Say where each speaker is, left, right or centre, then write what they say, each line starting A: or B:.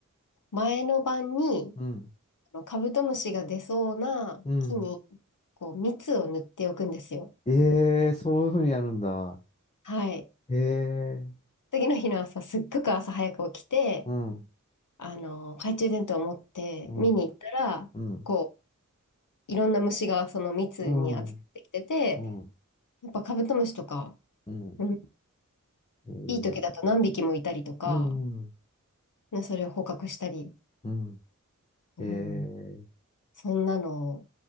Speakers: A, on the left; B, on the left.
A: 前の晩に
B: うん。
A: あのカブトムシが出そうな木に
B: うん。
A: こう蜜を塗っておくんですよ。
B: ええそういうふうにやるんだ。
A: はい。
B: ええ
A: 次の日の朝、すっごく朝早く起きて、
B: うん、
A: あの、懐中電灯を持って見に行ったら、
B: うん、うん、
A: こう、いろんな虫がその蜜に集まってきてて、
B: うん、うん、
A: やっぱカブトムシとか、
B: うん、
A: うん、
B: えー
A: いい時だと何匹もいたりとか、
B: うん、
A: ねそれを捕獲したり、
B: う
A: うん
B: ん、ええ
A: そんなの